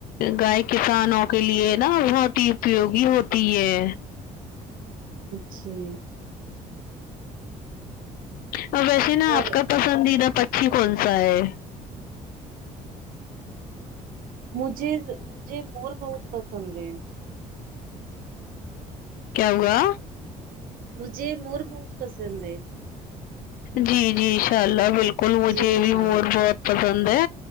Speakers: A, on the left; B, on the right.
A: گائے کسانوں کے لیے نا بہت ہی اپیوگی ہوتی ہے
B: جی
A: اور ویسے نا
B: اور
A: آپ کا پسندیدہ پکشھی کون سا ہے
B: مجھے مجھے مور بہت پسند ہے
A: کیا ہوا
B: مجھے مور بہت پسند ہے
A: جی جی ان شاء اللہ بالکل مجھے
B: جی
A: بھی
B: ہاں
A: مور بہت پسند ہے